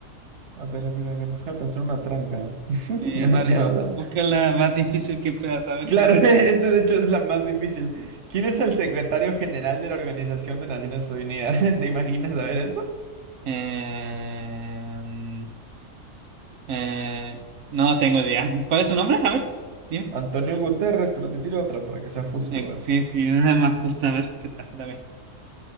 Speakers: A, on the right; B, on the right.
A: A ver, a ver, a ver, deja de pensar una tranca. <laughs>
B: Sí,
A: Ya,
B: una,
A: no ya,
B: de- bú- busca la más difícil que puedas, a ver
A: Claro,
B: si.
A: <laughs> esta de hecho es la más difícil. ¿Quién es el secretario general de la Organización de Naciones Unidas? <laughs> ¿Te imaginas saber eso?
B: Em, eh, no tengo idea. ¿Cuál es su nombre? A ver, dime.
A: Antonio Guterres, pero te tiro otra para que sea justo,
B: Eh,
A: a
B: sí, sí, una más justa, a ver, ¿qué tal? Dame.